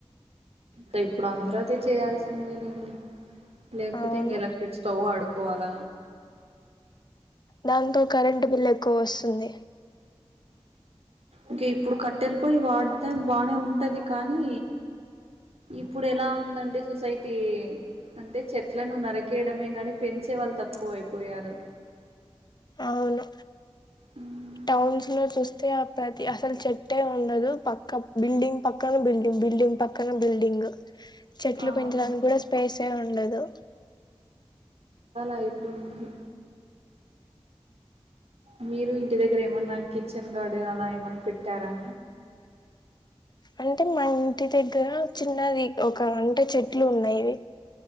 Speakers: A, on the right (about 80°); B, on the left (about 45°).
A: క ఇ ఇప్పుడు అందరూ అదే చెయ్యాల్సిందే లేండి లేకపోతే
B: అవును
A: ఇంక ఎలక్ట్రిక్ స్టవ్ ఆడు కోవాల
B: దాంతో కరెంట్ బిల్ ఎ ఎక్కువ వస్తుంది
A: ఇంకా ఇప్పుడు కట్టెలి పోయి వాడితే బానే ఉంటది కానీ ఇప్పుడు ఎలా ఉందంటే సొసైటీ అంటే చెట్లను నరికేయడమే గాని పెంచే వాళ్ళు తక్కువ అయిపోయారు
B: అవును
A: హ్మ్మ్
B: టౌన్స్ లో చూస్తే ప్రతి అసలు చెట్టే ఉండదు పక్క బిల్డింగ్ పక్కన బిల్డింగ్ బిల్డింగ్ పక్కన బిల్డింగ్ చెట్లు
A: అవును
B: పెంచడానికి కూడా స్పేసే ఉ ఉండదు
A: అయిపోయింది మీరు ఇంటి దగ్గర ఏమన్నా కిచెన్ గార్డెన్ అలా ఏమన్నా పెట్టారా
B: అంటే మా ఇంటి దగ్గర చిన్నది ఒక అంటే చెట్లు ఉన్నాయివి